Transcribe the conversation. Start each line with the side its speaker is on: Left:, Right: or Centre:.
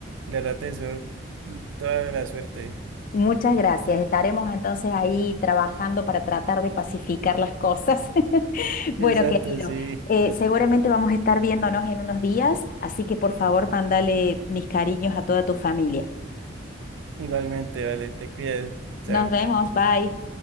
Right: y la verdad te deseo toda la suerte.
Left: Muchas gracias. Estaremos entonces ahí trabajando para tratar de pacificar las cosas. <laughs> Bueno,
Right: Exacto,
Left: querido,
Right: sí.
Left: eh, seguramente vamos a estar viéndonos en unos días, así que por favor, mándale mis cariños a toda tu familia.
Right: Igualmente, vale, te cuidas. Chao.
Left: Nos vemos, bye.